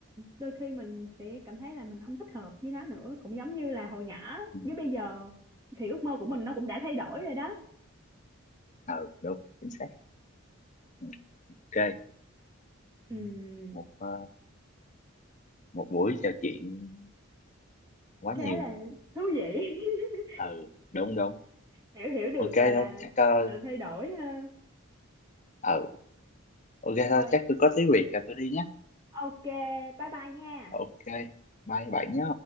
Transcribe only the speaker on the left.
Ừ.
ừ đúng chính xác Ừ, ok
Ừ. một ờ, một buổi trò chuyện quá
nhiều
ừ đúng đúng
ok
thôi chắc ờ,
ừ ok thôi
chắc tôi có tí việc rồi tôi đi nhé
ok bye bạn nhé